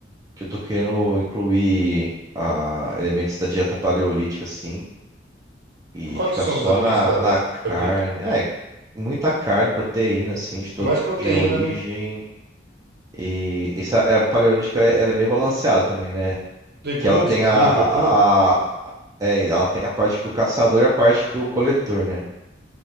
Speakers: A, on the right; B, on the right.
A: que eu tô querendo incluir ah, elementos da dieta paleolítica, assim, e
B: Quais
A: ficar
B: que são
A: só
B: os alimentos
A: na,
B: da,
A: na
B: da
A: carne.
B: ali? Tipo,
A: Ah, É, muita carne, proteína, assim, de todo
B: É mais
A: tipo
B: proteína,
A: de origem.
B: né?
A: E essa é, a paleolítica, é- ela é bem balanceada também, né?
B: Legumes
A: Que ela tem
B: também,
A: a, a,
B: verdura.
A: a- é, ela tem a parte do caçador e a parte do coletor, né?